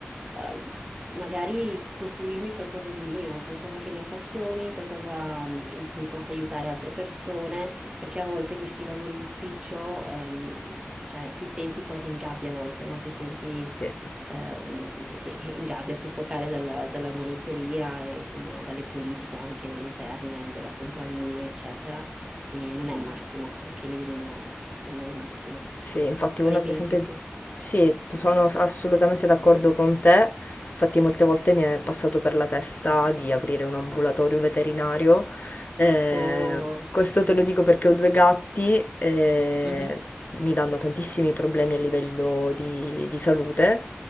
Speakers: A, on the right; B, on the left.
A: ehm, magari costruirmi qualcosa di mio, qualcosa che mi appassioni, qualcosa mm, in cui possa aiutare altre persone, perché a volte questi lavori d'ufficio, ehm, cioè ti senti quasi in gabbia a volte, no? Ti senti
B: sì.
A: ehm, sì, in gabbia, soffocare dalla, dalla monotonia e insomma dalle politiche anche interne della compagnia, eccetera. E non è il massimo, anche lì non è, non è il massimo.
B: Sì, infatti
A: Cosa
B: uno
A: ne
B: ad
A: pensi
B: esempio...
A: tu?
B: Sì,
A: Sì.
B: sono assolutamente d'accordo con te. Infatti molte volte mi è passato per la testa di aprire un ambulatorio veterinario. Eh,
A: Oh,
B: questo te lo dico perché ho due gatti e
A: mhm.
B: mi danno tantissimi problemi a livello di, di salute.